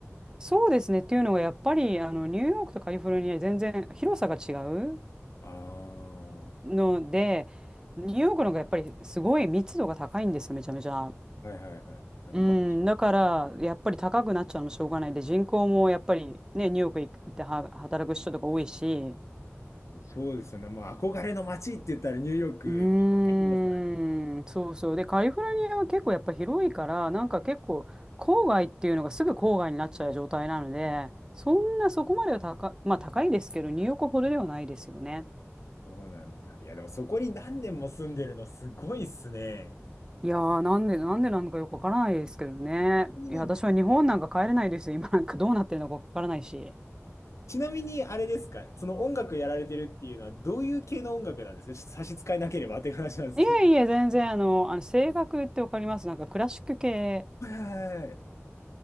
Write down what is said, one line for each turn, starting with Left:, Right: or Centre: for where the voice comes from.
Right: そうですね。っていうのが、やっぱり、あの、ニューヨークとカリフォルニア、全然広さが違う
Left: ああ、は
Right: ので、ニューヨークの方がやっぱりすごい密度が高いんですよ、めちゃめちゃ。
Left: いはいはい。なんか、
Right: うん、
Left: ま、
Right: だから、やっぱり高くなっちゃうのしょうがないで、人口もやっぱりね、ニューヨーク行っては働く人とか多いし、
Left: そうですよね。もう憧れの街って言ったらニューヨーク。
Right: うーん、
Left: 入ってきますからね。
Right: そうそう。で、カリフォルニアは結構やっぱ広いから、なんか結構、郊外っていうのがすぐ郊外になっちゃう状態なので、そんなそこまでは高、まあ高いですけど、ニューヨークほどではないですよね。
Left: そうなんだ。いや、でもそこに何年も住んでるのすごいっすね。
Right: いやー、なんで、なんでなのかよくわからないですけどね。
Left: ちなみに、
Right: いや、私は日本なんか帰れないですよ。今なんかどうなってるのかわからないし。
Left: ちなみにあれですか、その音楽やられてるっていうのは、どういう系の音楽なんですかちょっと差し支えなければっていう話なんですけど。
Right: いえいえ、全然、あの、あの、声楽ってわかりますなんかクラシック系
Left: はいはいはい